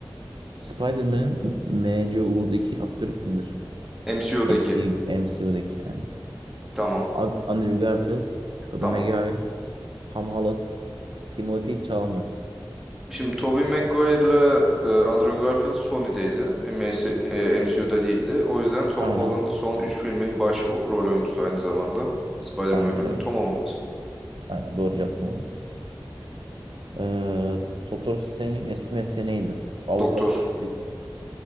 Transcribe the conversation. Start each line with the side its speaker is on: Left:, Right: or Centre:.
Right: Spider-Man'in MCU'daki aktörü kimdir?
Centre: MCU'daki.
Right: MCU, MCU'daki yani.
Centre: Tamam.
Right: Ad- Andrew Garfield, Tobey
Centre: Tamam.
Right: Maguire, Tom Holland, Timothy Chalamet.
Centre: Şimdi Tobey Maguire'la e, Andrew Garfield Sony'deydi. MS, e, MCU'da değildi. O yüzden Tom
Right: Aynen.
Centre: Holland son 3 filmin baş o- rol oyuncusu aynı zamanda. Spider-Man
Right: Aynen
Centre: filmi
Right: öyle.
Centre: Tom Holland.
Right: Aynen doğru cevap Tom Holland. Ee, Doktor Strange'in eski mesleği neydi? Avukat,
Centre: Doktor.
Right: e,